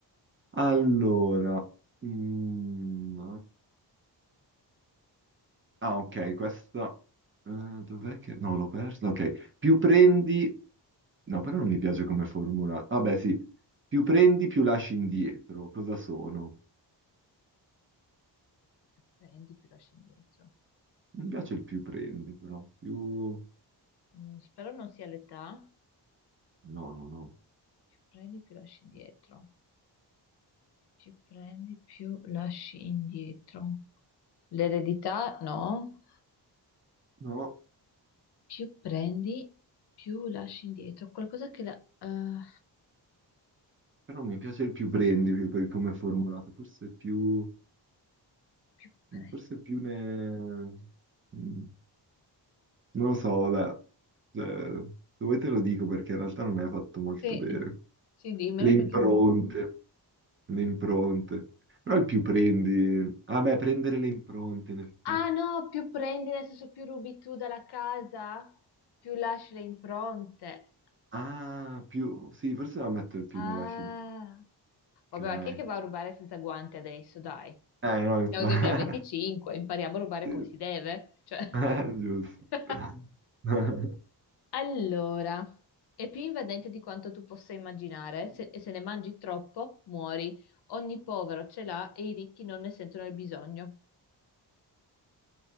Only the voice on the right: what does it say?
Allora... mm, Ah, ok, questa... eh, dov'è che... No, l'ho persa. Ok, più prendi... No, però non mi piace come formula. Vabbè, sì. Più prendi, più lasci indietro. Cosa sono?
Mi piace il più prendi, però. Più...
No, no, no.
No,
però mi piace il più prendi, più- per come è formulato. Forse più...
Forse più ne... Mm, Non lo so, vabbè. Eh, se vuoi te lo dico, perché in realtà non è fatto molto
bene.
Le impronte.
le impronte. Però il più prendi... Ah beh, prendere le impronte, in effetti.
Ah, più... Sì, forse la metto più
nella CD.
Ok.
Eh, no, infatti...
<laughs>
Sì.
Eh, giusto.
<laughs>